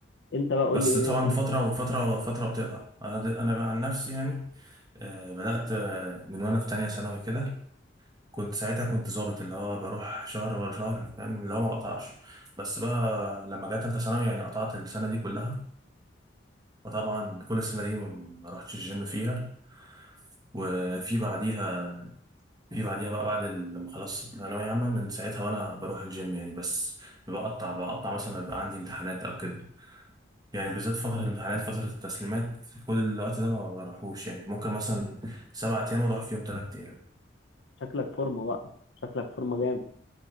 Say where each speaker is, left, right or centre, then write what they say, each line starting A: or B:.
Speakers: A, on the left; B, on the right.
A: انت بقى قول
B: بس
A: لي ايه
B: طبعا
A: انت
B: فترة وفترة فترة بتقطع انا انا بقى عن نفسي يعني آه بدأت آه، من وانا في تانية ثانوي كده كنت ساعتها كنت ظابط اللي هو بروح شهر ورا شهر فاهم اللي هو ما بقطعش بس بقى لما جت تالتة ثانوي يعني قطعت السنة دي كلها فطبعا كل السنة دي ما رحتش الجيم فيها وفي بعديها في بعديها بقى بعد ال- لما خلصت ثانوية عامة من ساعتها وأنا بروح الجيم يعني بس بقطع بقطع مثلا لما يبقى عندي امتحانات أو كده يعني بالذات فترة الامتحانات فترة التسليمات كل الوقت ده ما بروحوش يعني ممكن مثلا سبعة أيام أروح فيهم تلات أيام
A: شكلك فورمه بقى شكلك فورمه جامد